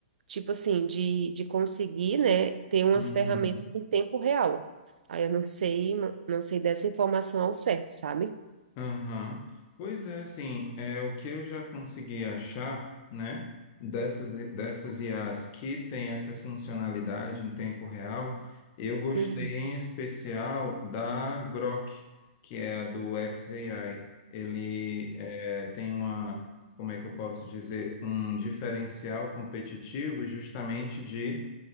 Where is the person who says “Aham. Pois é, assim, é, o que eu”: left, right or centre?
Left